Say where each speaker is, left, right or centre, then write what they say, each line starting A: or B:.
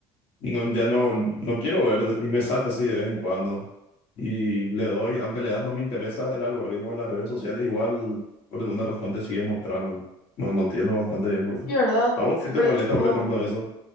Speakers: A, on the left (about 55°); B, on the left (about 80°).
A: No, ya no, no quiero ver y me sale así de vez en cuando. Y le doy, aunque le das no me interesa el algoritmo de las redes sociales, igual por alguna razón te sigue mostrando. No, no entiendo bastante bien por qué.
B: Sí, ¿verdad?
A: ¿A vos qué te
B: ¿Verdad?
A: molesta,
B: Tipo,
A: por ejemplo, eso?